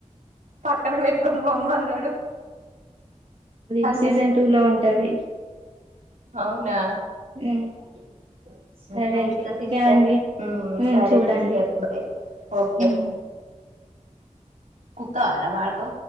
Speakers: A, on the right; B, on the right.
A: పక్కన పెట్టుకొని పొమ్మన్నాడు
B: అది
A: అని
B: సీజన్
A: చెప్తాడు
B: టూ లో ఉంటది
A: అవునా
B: <unintelligible> సరే
A: చూస్త
B: అండి ఓకే
A: సిస్టర్
B: అండి ఉమ్
A: సరే
B: చూడండి
A: సిస్టర్ బాయ్ ఓకే
B: ఉమ్
A: కుక్క అరవకు